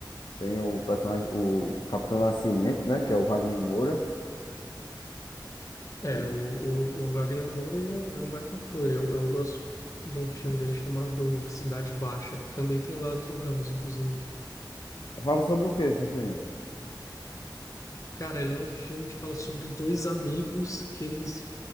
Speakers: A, on the left; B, on the left.
A: Tem o personagem, o Capitão Nascimento, né? Que é o Wagner Moura.
B: É,
A: Que...
B: o, o, o Wagner Moura, ele é um baita ator. Eu, eu gosto de um filme dele chamado Cidade Baixa, que também tem o Lázaro Ramos, inclusive.
A: Fala sobre o que esse filme?
B: Cara, ele é um filme que fala sobre dois amigos que eles